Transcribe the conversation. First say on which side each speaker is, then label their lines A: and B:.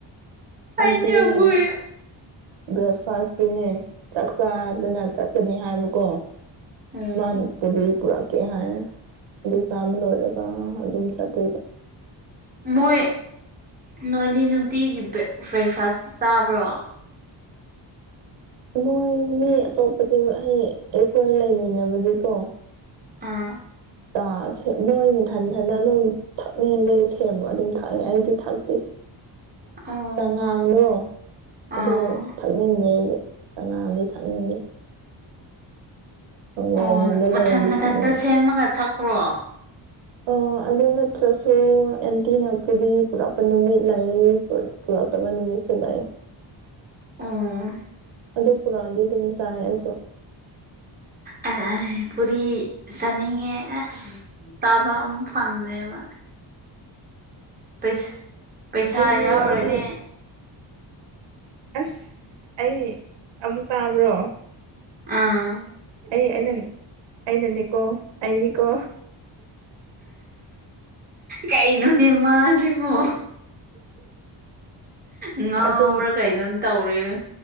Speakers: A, on the right; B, on the right.
A: ꯑꯃꯨꯛ
B: ꯑꯩꯅꯦ
A: ꯀꯤꯗꯨꯅ
B: ꯃꯣꯏ
A: ꯕ꯭ꯔꯦꯛꯐꯥꯁꯀꯤꯅꯦ ꯆꯥꯛ ꯆꯥꯗꯅ ꯆ ꯆꯠꯅꯤ ꯍꯥꯏꯕꯀꯣ
B: ꯎꯝ
A: ꯃꯥꯅ ꯄꯨꯗꯤ ꯄꯨꯔꯛ ꯀꯩ ꯍꯥꯏꯅꯤ ꯑꯗꯨ ꯆꯥꯕ ꯂꯣꯏꯔꯒ ꯑꯗꯨꯝ ꯆꯠꯇꯣꯏꯕ
B: ꯃꯣꯏ ꯅꯣꯏꯗꯤ ꯅꯨꯡꯇꯤꯒꯤ ꯕꯦꯛ ꯕ꯭ꯔꯦꯛꯐꯥꯁ ꯆꯥꯕ꯭ꯔꯣ
A: ꯃꯣꯏ ꯃꯤ ꯑꯇꯣꯞꯄꯗꯤ ꯍꯥꯢꯗꯤ ꯑꯩꯈꯣꯏ ꯂꯩꯃꯤꯟꯅꯕꯗꯤꯀꯣ
B: ꯑꯥ
A: ꯑ ꯃꯣꯏ ꯃꯊꯟꯊꯟꯅ ꯑꯗꯨꯝ ꯊꯛꯅꯤꯡꯗꯤ ꯁꯦꯝꯃꯒ ꯑꯗꯨꯝ ꯊꯛꯑꯦ ꯑꯩꯗꯤ ꯊꯛꯇꯦ
B: ꯑꯣ
A: ꯆꯉꯥꯡꯗꯣ ꯑꯗꯣ
B: ꯑꯥ
A: ꯊꯛꯅꯤꯡꯗꯦ ꯑꯩꯗꯤ ꯆꯥꯉꯥꯡꯗꯤ ꯊꯛꯅꯤꯡꯗꯦ ꯁꯪꯒꯣꯝꯒꯨꯝꯕ
B: ꯑꯣꯝ ꯃꯊꯟ
A: ꯂꯩꯔꯗꯤ
B: ꯃꯊꯟꯗ
A: ꯊꯛꯅꯤꯡꯉꯦ
B: ꯁꯦꯝꯃꯒ ꯊꯛꯄ꯭ꯔꯣ
A: ꯑ ꯑꯗꯨ ꯅꯠꯇ꯭ꯔꯁꯨ ꯑꯦꯟꯇꯤꯅ <unintelligible> ꯄꯨꯔꯛꯄ ꯅꯨꯃꯤꯠ ꯂꯩ ꯄꯨꯔꯛꯇꯕ ꯅꯨꯃꯤꯠꯁꯨ ꯂꯥꯛꯌꯦ
B: ꯎꯝ
A: ꯑꯗꯨ ꯄꯨꯔꯛꯑꯗꯤ ꯑꯗꯨꯝ ꯆꯥꯏ ꯑꯩꯁꯨ
B: ꯑꯩ ꯑꯩ ꯄꯨꯔꯤ ꯆꯥꯅꯤꯡꯉꯦ ꯑ ꯇꯥꯕ ꯑꯃꯨꯛ ꯐꯪꯗꯦꯕ ꯄꯩꯁ ꯄꯩꯁꯥ
A: ꯑꯩ
B: ꯌꯥꯎꯔꯅꯤ
A: ꯑꯩꯗꯤ ꯑꯁ ꯑꯩ ꯑꯃꯨꯛ ꯇꯥꯕ꯭ꯔꯣ
B: ꯑꯥ
A: ꯑꯩ ꯑꯩꯅ ꯑꯩꯅꯅꯦꯀꯣ ꯑꯩꯅꯤꯀꯣ
B: ꯀꯩꯅꯣꯅꯦ ꯃꯥꯁꯤꯕꯣ ꯉꯥꯎꯕ꯭ꯔꯥ
A: ꯑꯗꯨꯝ
B: ꯀꯩꯅꯣꯝ ꯇꯧꯔꯦꯃꯦ